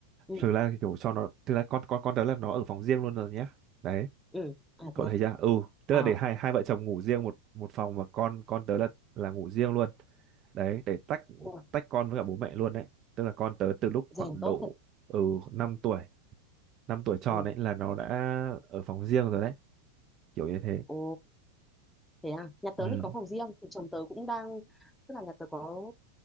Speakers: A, in the centre; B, on the right.
A: ừ
B: thực ra thì kiểu cho nó thực ra con con con tớ là nó ở phòng riêng luôn rồi nhé. Đấy.
A: ừ à
B: cậu
A: thế à
B: thấy chưa ừ tức
A: ờ
B: là để hai hai vợ chồng ngủ riêng một một phòng và con con tớ là là ngủ riêng luôn đấy để tách
A: ủa,
B: tách con với cả bố mẹ luôn đấy tức là con tớ từ lúc khoảng
A: rèn tốt
B: độ
A: thật
B: ừ năm tuổi 5 tuổi tròn
A: ừ
B: ấy là nó đã ở phòng riêng rồi đấy kiểu như thế
A: ồ thế à nhà tớ
B: ừ
A: thì có phòng riêng thì chồng tớ cũng đang tức là nhà tớ có